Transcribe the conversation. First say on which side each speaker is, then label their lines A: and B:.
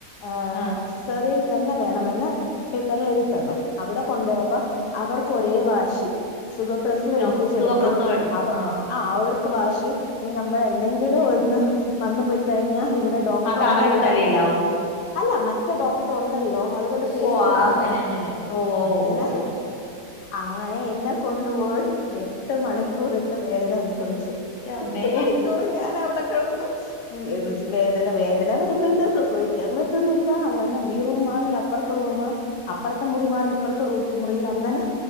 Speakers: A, on the left (about 85°); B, on the left (about 55°).
A: ആ
B: ആഹ്
A: സിസേറിയൻ തന്നെ വേണമെന്ന് പേപ്പറിൽ എഴുതിത്തന്നു. അവിടെ കൊണ്ടോയപ്പോ അവർക്ക് ഒരേ വാശി സുഖപ്രസ
B: നോ
A: യെടുപ്പിച്ചെടുക്കും
B: സുഖപ്രസവം എടു
A: അവ
B: ആഹ്
A: ആ അവർ ക്ക്‌ വാശി ഇനി നമ്മൾ എന്തെങ്കിലും ഒന്ന് വന്നു പോയി കഴിഞ്ഞാ ഇവിടെ ഡോക്ടർ
B: അത്
A: ഉണ്ടല്ലോ
B: അവരുടെ തലയിലാവും
A: മറ്റേ അല്ല മറ്റേ ഡോക്ടർ ഉണ്ടല്ലോ അതുകൊണ്ട് പേടി
B: ഓഹ്
A: ക്കൊന്നും
B: അങ്ങനെ
A: വേണ്ട
B: അങ്ങനെ ഓഹ് ഓഹ്
A: അങ്ങനെ
B: ഓഹ് ഓഹ്
A: അങ്ങനെ എന്നെ കൊണ്ടുപോയ് എട്ട് മണിക്കൂറിട്ട് വേദന അനുഭവിച്ച്
B: എന്റെ അമ്മേ
A: എട്ട് മണിക്കൂർ ഞാൻ അവിടെ കെടന്ന് വേദന വേദന വരുന്നുണ്ട് പ്രസവിക്കാൻ പറ്റുന്നില്ല അങ്ങനെ ഈ റൂം മാറി അപ്പുറത്തെ റൂമ അപ്പറത്തെ മുറി മാറി ഇപ്പറത്തെ മുറി അങ്ങനെ